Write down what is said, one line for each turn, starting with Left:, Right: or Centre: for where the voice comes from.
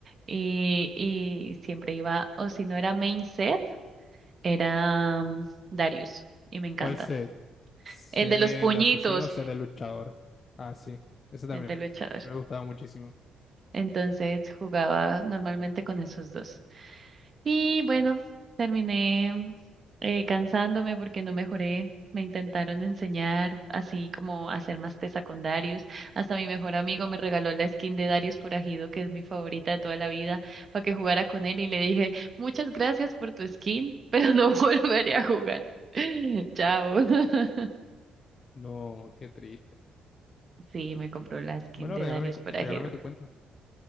Right: Y, y siempre iba, o si no era main set. Era mm, Darius y me encanta.
Left: ¿Cuál se ¿Se
Right: El
Left: del
Right: de los puñitos,
Left: asesino o se del luchador? Ah, sí. Ese también
Right: el de luchador.
Left: me gustaba muchísimo.
Right: Entonces jugaba normalmente con esos dos. Y bueno, terminé eh, cansándome porque no mejoré. Me intentaron enseñar así como a hacer más tesa con Darius. Hasta mi mejor amigo me regaló la skin de Darius Forajido, que es mi favorita de toda la vida, para que jugara con él. Y le dije, muchas gracias por tu skin, pero no <laughs> volveré a jugar. <laughs> Chao. <laughs>
Left: No, qué triste.
Right: Sí, me compró la skin
Left: Bueno,
Right: de
Left: regálame,
Right: Darius
Left: cu-
Right: Forajido.
Left: regálame tu cuenta.